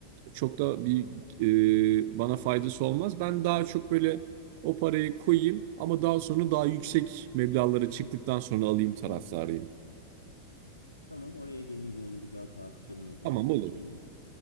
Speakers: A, on the right; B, on the left.
A: çok da bir e, bana faydası olmaz. Ben daha çok böyle o parayı koyayım ama daha sonra daha yüksek meblağlara çıktıktan sonra alayım taraftarıyım.
B: Tamam oraya gelince onu bir daha tartışalım o zaman
A: Tamam
B: seninle.
A: olur.